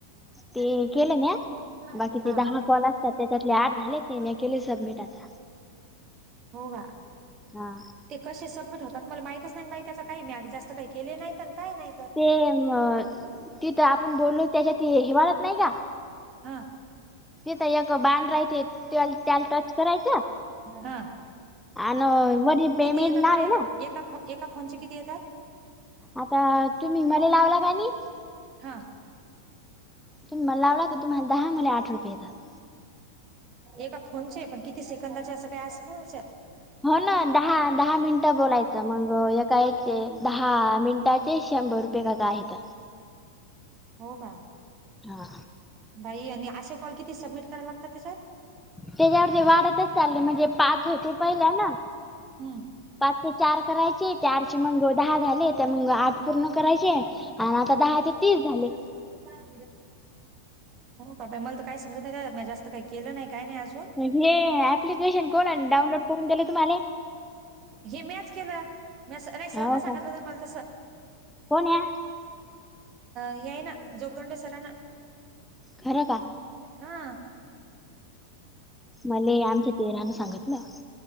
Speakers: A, on the right; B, in the centre.
A: <unintelligible>
B: ते केलं म्या बाकीचे
A: हा
B: दहा कॉल असतात त्याच्यातले आठ झाले मी नाही केली सबमिट आता
A: हो का
B: हा
A: ते कसे सबमिट होतात मला माहितच नाही बाई त्याचा काही म्या जास्त काही केले नाहीत आण काही नाहीत
B: ते म तिथं आपण बोललो त्याच्यात हिवाळत नाही का?
A: हा
B: तिथ एक बांध रायते त्याला टच करायच
A: हा.
B: आणि वरी पेमेंट
A: किती येतात
B: नाव
A: बरं
B: आहे
A: एका
B: ना
A: एका फ एका फोनचे किती येतात
B: आता तुम्ही मले लावला का नाही
A: हां
B: तुमी मला लावला तर तुम्हाला दहा मले आठ रुपाये येतात
A: एका फोनचे पण किती सेकंदाचे असं काही असत ना त्याच्यात
B: हो ना दहा दहा मिनिटं बोलायचं मग कायचे दहा मिनटाचे शंभर रुपये का का आहेत
A: हो का
B: हा
A: बाई आणि असे कॉल किती सबमिट करायला लागतात त्याच्यात
B: त्याच्यावरती वाढतच चालले म्हणजे पाच होते पहिल्या ना
A: हम्म.
B: पाच ते चार करायचे चार मग दहा झाले तर मग आठ पूर्ण करायचे आणि आता दहा ते तीस झाले
A: <unintelligible> मला तर काय समजत का नाही जास्त काही केलं नाही काही नाही अजून
B: हे ऍप्लिकेशन
A: <inaudible>
B: कोणाने डाउनलोड करून दिलं तुम्हाला
A: हे म्याच केलं म नाही सर
B: हो
A: न सांगितलं
B: का
A: ज मला तस अ
B: कोण या
A: येय ना जोगदंड सर ना
B: खरं का
A: हा
B: मला आमच्या दिराना सांगितलं